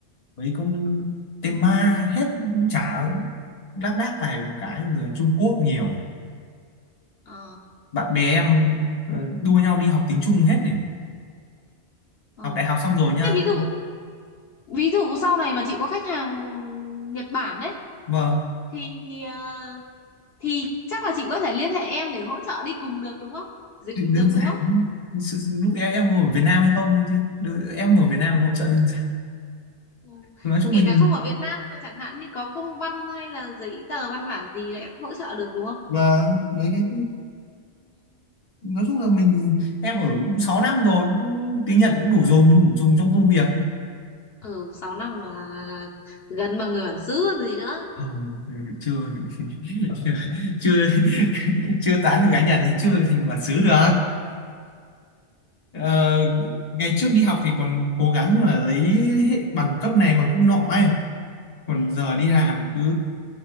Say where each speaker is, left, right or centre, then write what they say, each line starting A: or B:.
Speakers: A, on the left (about 35°); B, on the left (about 60°).
A: mấy con Tema hết chả lác đác vài một cái rồi Trung Quốc nhiều
B: Ờ,
A: bạn bè em ờ, đua nhau đi học tiếng Trung hết này
B: ờ.
A: học đại học xong rồi nha
B: Thế ví dụ ví dụ sau này mà chị có khách hàng Nhật Bản đấy
A: vâng
B: thì ờ, thì chắc là chị có thể liên hệ em để hỗ trợ đi cùng được đúng không? Dịch
A: thì
B: được
A: đơn
B: đúng
A: giản
B: không?
A: sự- lúc em em ngồi ở Việt Nam hay không chứ đ- em ở Việt Nam hỗ trợ đơn giản
B: Ừ.
A: nói chung
B: Kể
A: mình
B: cả không ở Việt Nam mà chẳng hạn như có công văn hay là giấy tờ văn bản gì là em cũng hỗ trợ được đúng không?
A: và mấy cái nói chung là mình em ở cũng 6 năm rồi cũng tiếng Nhật cũng đủ dùng đủ dùng trong công việc
B: Ừ, 6 năm mà gần bằng người bản xứ còn gì nữa.
A: không chưa <laughs> chưa chưa, chưa tán được gái Nhật thì chưa thành bản xứ được Ờ, ngày trước đi học thì còn cố gắng là lấy hệ- bằng cấp này bằng cấp nọ ấy còn
B: Ừ.
A: giờ đi làm cứ